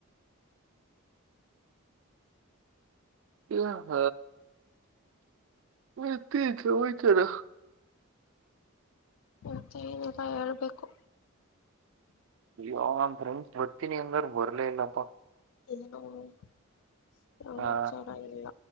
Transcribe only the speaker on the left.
ಮತ್ತೆನಿಲ್ಲ ಹೇಳ್ಬೇಕು.
<unintelligible> ಸಮಾಚಾರ
ಇಲ್ಲ.